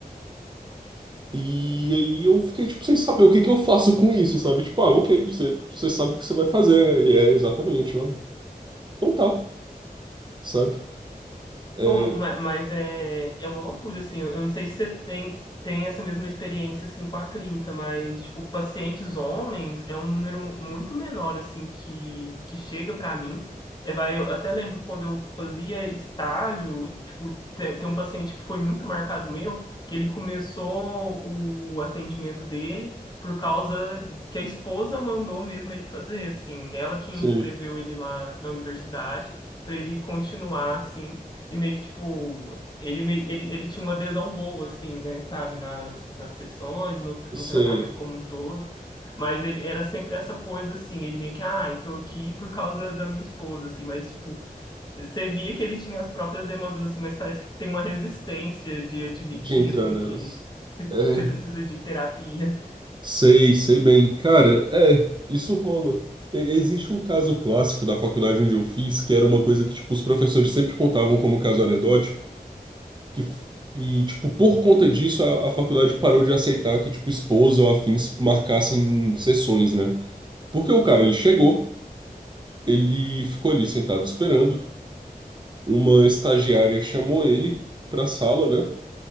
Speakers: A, on the right (about 30°); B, on the left (about 30°).
A: E aí eu fiquei, tipo, sem saber o que que eu faço com isso, sabe? Tipo, ah, ok, você, você sabe o que você vai fazer, né? Ele é exatamente, ó. Então tá, sabe? É,
B: Oh, ma- mas é, é uma loucura, assim. Eu eu não sei se você tem, tem essa mesma experiência, assim, com a clínica, mas, tipo, pacientes homens é um número muito menor, assim, que, que chega pra mim. É, vai, eu até lembro quando eu fazia estágio, tipo, tem, tem um paciente que foi muito marcado meu, que ele começou o atendimento dele por causa que a esposa mandou mesmo ele fazer, assim. Ela que
A: sim,
B: inscreveu ele lá na universidade. para ele continuar assim e meio que, tipo, ele, meio- ele, ele tinha uma adesão boa, assim, né, sabe, nas, nas sessões, no,
A: eu
B: no
A: sei
B: tratamento como um todo. Mas ele era sempre essa coisa, assim, ele meio que, ah, eu tô aqui por causa da minha esposa, assim, mas, tipo, você via que ele tinha as próprias demandas, assim, mas parece que tem uma resistência de admitir,
A: de entrar
B: assim,
A: nelas.
B: que se-
A: é
B: você precisa de terapia.
A: Sei, sei bem. Cara, é, isso rola. E- Existe um caso clássico da faculdade onde eu fiz, que era uma coisa que, tipo, os professores sempre contavam como caso anedótico, que, f- e, tipo, por conta disso, a, a faculdade parou de aceitar que, tipo, esposa ou afins marcassem sessões, né? Porque o cara, ele chegou, ele ficou ali sentado esperando, uma estagiária chamou ele pra sala, né?